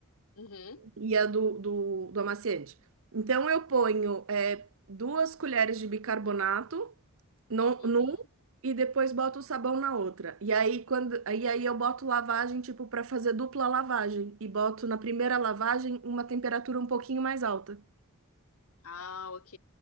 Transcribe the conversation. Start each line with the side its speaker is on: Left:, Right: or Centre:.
Left: Uhum,
Right: E a do, do, do amaciante. Então eu ponho é, duas colheres de bicarbonato no,
Left: uhum.
Right: num e depois boto o sabão na outra. E aí quando, aí, aí eu boto lavagem tipo para fazer dupla lavagem e boto na primeira lavagem uma temperatura um pouquinho mais alta.
Left: Ah, ok.